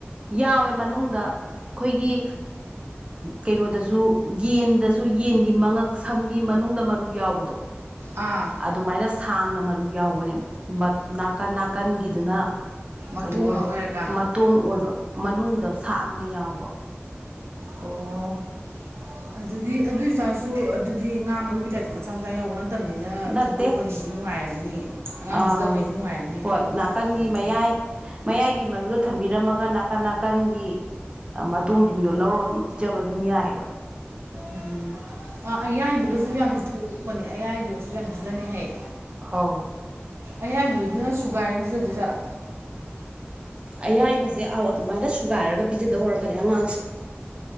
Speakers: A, on the right; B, on the right.
A: ꯌꯥꯎꯋꯦ ꯃꯅꯨꯡꯗ ꯑꯩꯈꯣꯏꯒꯤ ꯀꯩꯅꯣꯗꯁꯨ ꯌꯦꯟꯗꯁꯨ ꯌꯦꯟꯒꯤ ꯃꯉꯛ ꯁꯝꯒꯤ ꯃꯅꯨꯡꯗ ꯃꯔꯨ ꯌꯥꯎꯕꯗꯣ
B: ꯑꯥ
A: ꯑꯗꯨꯃꯥꯏꯅ ꯁꯥꯡꯅ ꯃꯔꯨ ꯌꯥꯎꯕꯅꯦꯕ ꯅꯥꯀꯟ ꯅꯥꯀꯟꯒꯤꯗꯨꯅ
B: ꯃꯇꯣꯡ
A: ꯀꯩꯅꯣ ꯑꯣꯏꯕ
B: ꯉꯥꯛ ꯑꯣꯏꯔꯒ
A: ꯃ ꯇꯣꯡꯑꯣꯏꯕ ꯃꯅꯨꯡꯗ ꯁꯥꯡꯅ ꯌꯥꯎꯕ
B: ꯑꯣ ꯑꯗꯨꯗꯤ ꯑꯗꯨꯢꯆꯥꯔꯁꯨ ꯑꯗꯨꯗꯤ ꯉꯥ ꯃꯔꯨꯒꯤ ꯇꯥꯏꯞꯇ ꯃꯆꯥ ꯃꯆꯥ ꯌꯥꯎꯕ ꯅꯠꯇꯕꯅꯤꯅ ꯑꯩꯅ
A: ꯅꯠꯇꯦ
B: ꯈꯟꯗꯣꯛꯄꯅꯤꯗꯤ ꯅꯨꯡꯉꯥꯏꯔꯝꯅꯤ ꯑꯉꯥꯡ
A: ꯑꯥ
B: ꯄꯤꯖꯕꯩꯗꯤ ꯅꯨꯡꯉꯥꯏꯔꯝꯅꯤꯕ
A: ꯍꯣꯏ ꯅꯥꯀꯟꯒꯤ
B: ꯃꯇꯨꯡ
A: ꯃꯌꯥꯏ ꯃꯌꯥꯏꯒꯤ ꯃꯔꯨꯗ ꯊꯝꯕꯤꯔꯝꯃꯒ ꯅꯥꯀꯟ ꯅꯥꯀꯟꯒꯤ ꯃ ꯇꯣꯡꯁꯤꯡꯗꯣ ꯂꯧꯔꯒ ꯑꯗꯨꯝ ꯄꯤꯖꯕ ꯑꯗꯨꯝ ꯌꯥꯏꯑꯕ
B: ꯎꯝ ꯑ ꯑꯌꯥꯏꯕꯒꯁꯨ ꯌꯥꯝ ꯊꯣꯛꯄꯅꯦ ꯑꯌꯥꯏꯕꯒꯁꯨ ꯨꯄꯤꯖꯅꯍꯌꯦ
A: ꯑꯧ
B: ꯑꯌꯥꯝꯕꯗꯨꯅ ꯁꯨꯒꯥꯏꯔ ꯄꯤꯖꯗꯣꯏ ꯖꯥꯠꯂ
A: ꯑꯌꯥꯏꯕꯁꯦ ꯑꯧ ꯑꯗꯨꯃꯥꯏꯅ ꯁꯨꯒꯥꯏꯔꯒ ꯄꯤꯖꯗꯧꯔꯛꯀꯅꯤ ꯑꯉꯥꯡꯁꯦ